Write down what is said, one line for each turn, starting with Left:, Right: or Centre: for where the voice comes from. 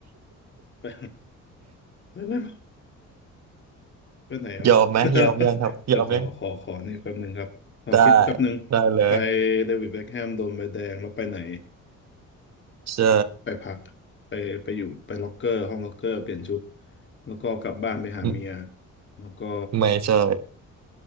Left: ไปไป ไปไหนวะ
Right: ยอมไหมยอมยังครับยอมยัง
Left: <laughs> เดี๋ยวขอขอขอนี่แป๊บหนึ่งครับขอคิดแป๊บหนึ่ง
Right: ได้ได้เลย
Left: ไปเดวิดเบ็คแฮมโดนใบแดงแล้วไปไหน
Right: ใช่
Left: ไปพักไปไปอยู่ไปล็อกเกอร์ห้องล็อกเกอร์เปลี่ยนชุดแล้วก็กลับบ้านไปหาเมีย
Right: ไม่
Left: แล้วก็
Right: ไม่ใช่